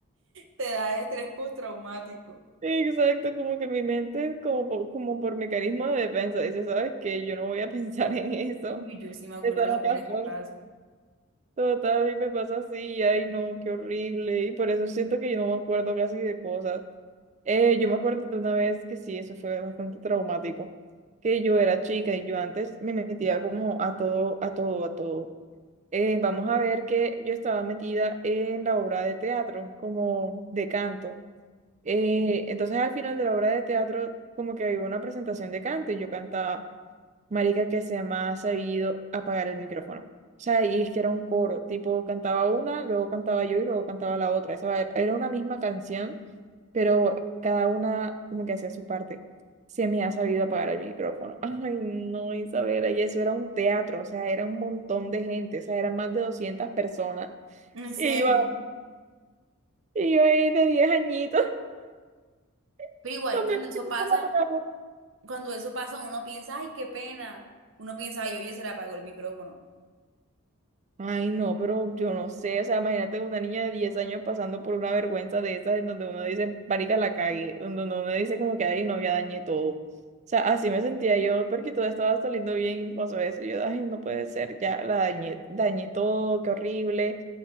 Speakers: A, on the right (about 60°); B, on the right (about 35°).
A: Te da estrés postraumático.
B: Exacto, como que mi mente, como por, como por mecanismo de defensa, dice, ¿sabes qué? Yo no voy a <laughs> pensar en eso.
A: Uy, yo sí me acuerdo
B: Eso
A: de
B: no
A: las
B: pasó.
A: penas que paso.
B: Total, y me pasa así, ay no, qué horrible. Y por eso siento que yo no me acuerdo casi de cosas. Eh, yo me acuerdo de una vez que sí, eso fue bastante traumático, que yo era chica y yo antes me metía como a todo, a todo, a todo. Eh, vamos a ver que yo estaba metida en la obra de teatro, como de canto. Eh, entonces al final de la obra de teatro, como que había una presentación de canto y yo cantaba, marica, que se me ha sabido apagar el micrófono. O sea, y es que era un coro, tipo cantaba una, luego cantaba yo y luego cantaba la otra. Esa era una misma canción pero cada una como que hacía su parte. Se me ha sabido apagar el micrófono. <laughs> Ay, no, Isabela, y eso era un teatro, o sea, era un montón de gente, o sea, eran más de 200 personas.
A: En serio.
B: Y yo, y yo ahí de 10 añitos <laughs>
A: Pero igual,
B: con
A: cuando
B: mi micrófono
A: eso pasa,
B: apagado.
A: cuando eso pasa, uno piensa, ay, qué pena. Uno piensa, ay, oye, se le apagó el micrófono.
B: Ay, no, pero yo no sé, o sea, imagínate una niña de 10 años pasando por una vergüenza de esas en donde uno dice, marica, la cagué, en donde uno dice como que, ay, no, ya dañé todo. O sea, así me sentía yo, porque todo estaba saliendo bien y pasó eso, y yo, ay, no puede ser, ya la dañé, dañé todo, qué horrible.